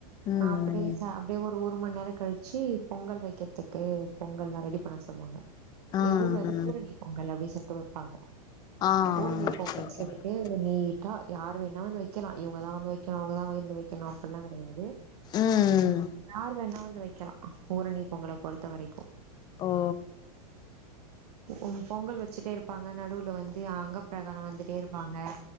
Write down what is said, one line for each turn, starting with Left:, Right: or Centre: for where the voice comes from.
Left: ம்
Right: அ அப்டியே ச அப்டியே ஒரு ஒரு மண் நேர கழிச்சி பொங்கல் வெக்கிறதுக்கு பொங்கல்லா ரெடி பண்ண சொல்வாங்க
Left: ஆ
Right: எங்கூர்ல வந்து
Left: ஆ
Right: பூரணி பொங்கல் அப்டின் சொல்ட்டு வெப்பாங்க
Left: ஆ
Right: பூரணி
Left: ஓகே
Right: பொங்கல்னு
Left: ஓகே
Right: சொல்லிட்டு
Left: மேடம்
Right: நீட்டா யாரு வேணா வந்து வெக்கலா இவங்கதா வந்து வெக்கணு அவங்கதா வந்து வெக்கணு அப்பில்லா கெடையாது
Left: ம்
Right: யார் வேணா வந்து வெக்கலா பூரணி பொங்கல பொறுத்த வரை
Left: ஓ
Right: உம் பொங்கல் வச்சுட்டே இரு ப்பாங்க நடுவுல வந்து அங்கப்பிரகாணோ வந்துட்டே இருப்பாங்க